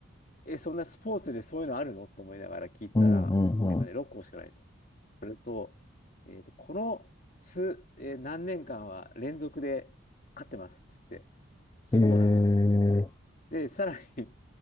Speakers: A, on the left (about 40°); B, on the left (about 20°).
A: え、そんなスポーツでそういうのあるのと思いながら聞いたら、
B: うんうんうん。
A: えっとね、6校しかないと。それと、えっと、この数、えー何年間は連続で勝ってますって言って、そうなんだと思って。
B: へえ。
A: で、さらに <laughs>